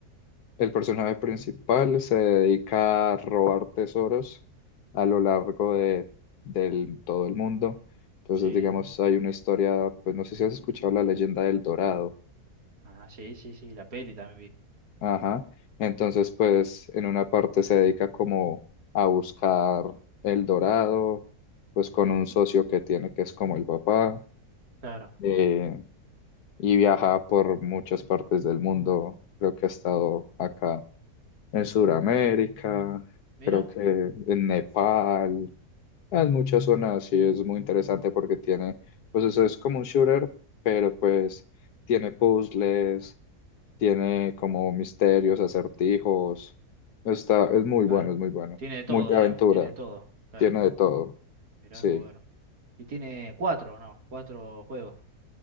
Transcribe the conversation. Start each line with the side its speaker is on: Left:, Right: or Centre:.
Left: El personaje principal se dedica a robar tesoros a lo largo de, del- todo el mundo. Entonces,
Right: sí.
Left: digamos, hay una historia, pues no sé si has escuchado la leyenda del Dorado.
Right: Ah, sí, sí, sí, la peli también vi.
Left: Ajá. Entonces, pues en una parte se dedica como a buscar el Dorado, pues con un socio que tiene que es como el papá,
Right: Claro,
Left: eh, y viaja por muchas partes del mundo. Creo que ha estado acá en Sudamérica,
Right: mira,
Left: creo que en Nepal, en muchas zonas sí es muy interesante porque tiene, pues eso es como un shooter, pero pues tiene puzzles, tiene como misterios, acertijos, está, es muy
Right: claro.
Left: bueno, es muy bueno,
Right: Tiene de todo,
Left: muy de
Right: digamos,
Left: aventura,
Right: tiene de todo. Claro,
Left: tiene de todo,
Right: mira
Left: sí.
Right: qué bueno. Y tiene cuatro, ¿no? Cuatro juegos.